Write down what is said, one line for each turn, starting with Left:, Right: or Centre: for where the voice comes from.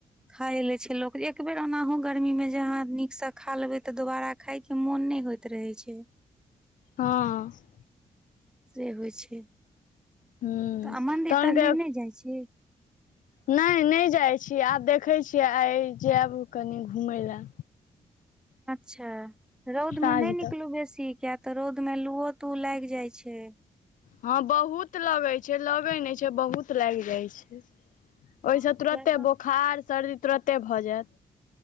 Centre: खाय ले छैय लोक। एकबेर ओनाहु गर्मी में जे अहाॅं निक सऽ खा लेबे, तऽ दोबारा खाय के मोन नहि होइत रहे छैय।
Left: हँऽ।
Centre: से होइ छैय,
Left: हूँ
Centre: तऽ आ मन्दिर-
Left: तहन
Centre: तन्दिर
Left: के
Centre: नहि जाइ छी।
Left: नहि नहि जाइत छी, आब देखैत छियै आइ जायब कनि घुमय लेलए।
Centre: अच्छा! रौदमे
Left: साँझ
Centre: नहि निकलू
Left: तक
Centre: बेसी किया तऽ रौद में लुओ तू लागि जाय छैय।
Left: हँ बहुत लगैत छैय, लगैत नहि छैय बहुत लागि जाइ छैय।
Centre: हँ
Left: ओहिसँ तुरते
Centre: किया तऽ
Left: बोखार सर्दी तुरते भऽ जायत।